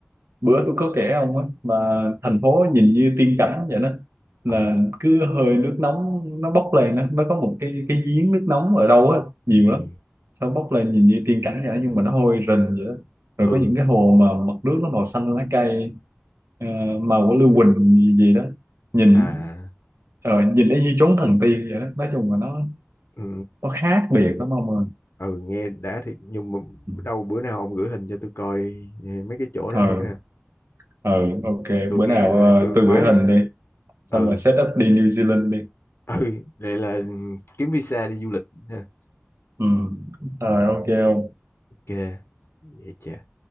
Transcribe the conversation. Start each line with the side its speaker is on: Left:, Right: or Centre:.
Right: bữa tôi có kể ông á mà
Left: Ờ,
Right: thành phố nhìn như tiên cảnh vậy đó
Left: ờ,
Right: là cứ hơi nước nóng nó bốc lên đó. nó có một cái cái giếng nước nóng ở đâu á nhiều
Left: ừ
Right: lắm nó bốc lên nhìn như tiên cảnh vậy đó, nhưng mà nó hôi rình vậy đó rồi
Left: ừ
Right: có những cái hồ mà mặt nước nó màu xanh lá cây ờ, màu của lưu huỳnh gì, gì đó nhìn
Left: à
Right: ờ, nhìn y như chốn thần tiên vậy đó nói chung là nó
Left: ừ,
Right: nó khác biệt lắm ông ơi
Left: ừ nghe đã thiệt nhưng mà
Right: Ừ.
Left: đâu bữa nào ông gửi hình cho tôi coi eh, mấy cái chỗ
Right: ờ
Left: đó thử coi
Right: ờ ok
Left: tôi
Right: bữa
Left: nghe
Right: nào
Left: là
Right: ờ,
Left: tôi
Right: tôi
Left: khoái
Right: gửi hình đi xong
Left: ừ
Right: rồi set up đi New Zealand đi
Left: ừ vậy là kiếm visa đi du lịch ha
Right: Ừ. Rồi
Left: ừ
Right: ok ok.
Left: ok vậy chà